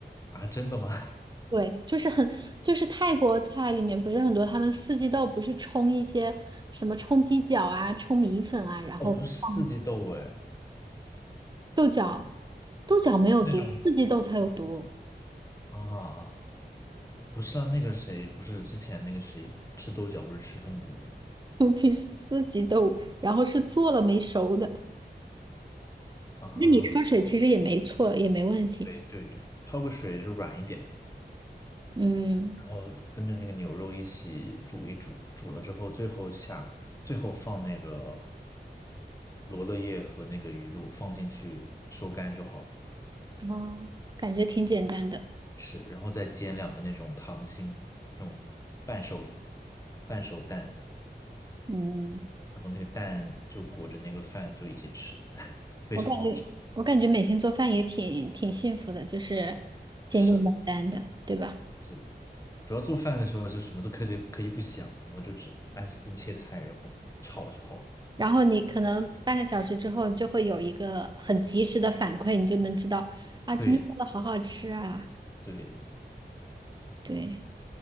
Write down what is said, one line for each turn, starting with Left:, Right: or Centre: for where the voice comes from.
Left: 啊，真的吗？
Right: 对，就是很，就是泰国菜里面不是很多，他们四季豆不是冲一些什么冲鸡脚啊、冲米粉啊，
Left: <laughs>
Right: 然后放
Left: 哦，不是四季豆哎，
Right: 豆角，豆角没有毒，
Left: 那种
Right: 四季豆才有毒，
Left: 啊，不是啊，那个谁，不是之前那个谁吃豆角不是吃中毒
Right: 尤其是四季豆，然后是做了没熟的，
Left: 了啊？
Right: 那你焯水其实也没错，也没问题，
Left: 对对对，焯个水就软一点，
Right: 嗯。
Left: 然后跟着那个牛肉一起煮一煮，煮了之后最后下，最后放那个罗勒叶和那个鱼露放进去收干就好了。
Right: 哦，感觉挺简单的。
Left: 是，然后再煎两个那种糖心，那种半熟半熟蛋，
Right: 嗯，
Left: 然后那个蛋就裹着那个饭就一起吃，<laughs> 非常好吃。
Right: 我感觉我感觉每天做饭也挺挺幸福的，就是简简单单的，
Left: 是
Right: 对吧？
Left: 是，主要做饭的时候就什么都可以可以不想，然后就只安心切菜，然后炒就好。
Right: 然后你可能半个小时之后就会有一个很及时的反馈，你就能知道啊，今天做的好好吃啊。
Left: 对对，
Right: 对，